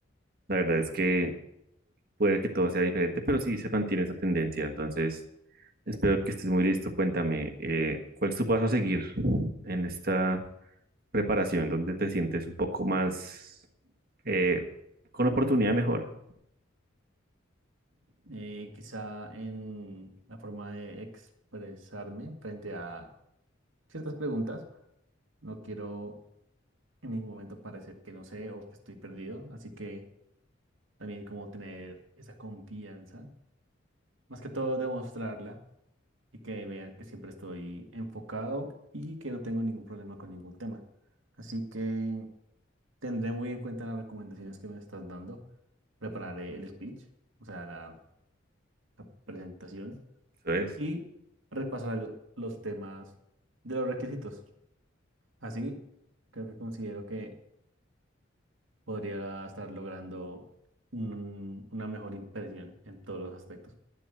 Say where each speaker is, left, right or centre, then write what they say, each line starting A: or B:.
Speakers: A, on the right; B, on the right.
A: La verdad es que puede que todo sea diferente, pero sí se mantiene esa tendencia. Entonces, espero que estés muy listo. Cuéntame, eh, ¿cuál es tu paso a seguir en esta preparación donde te sientes un poco más eh, con oportunidad de mejora?
B: eh, quizá en la forma de expresarme frente a ciertas preguntas. No quiero en ningún momento parecer que no sé o que estoy perdido, así que también como tener esa confianza, más que todo demostrarla y que vean que siempre estoy enfocado y que no tengo ningún problema con ningún tema. Así que tendré muy en cuenta las recomendaciones que me estás dando. Prepararé el speech, o sea, la la presentación
A: Eso es.
B: y repasará lo- los temas de los requisitos. Así, creo que considero que podría estar logrando un- una mejor impresión en todos los aspectos.